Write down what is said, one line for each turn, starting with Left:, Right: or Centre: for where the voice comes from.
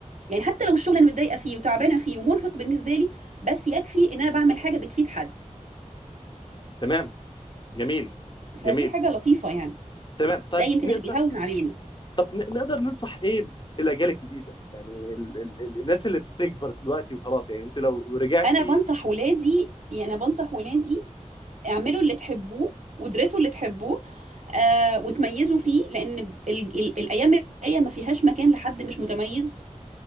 Right: يعني حتى لو الشغل انا متضايقه فيه وتعبانه فيه ومرهق بالنسبه لي بس يكفي ان انا بعمل حاجه بتفيد حد
Left: تمام جميل
Right: فدي
Left: جميل
Right: حاجه لطيفه يعني
Left: تمام طيب
Right: ده يمكن
Left: نقدر
Right: اللي بيهون عليني
Left: طب ن- نقدر ننصح ايه الاجيال الجديده يعني ال... ال... ال- الناس اللي بتكبر دلوقتي وخلاص يعني انت لو رجعتي
Right: انا بنصح ولادي يعني انا بنصح ولادي اعملوا اللي تحبوه وادرسوا اللي تحبوه آه وتميزوا فيه لان ال ال الايام الجايه ما فيهاش مكان لحد مش متميز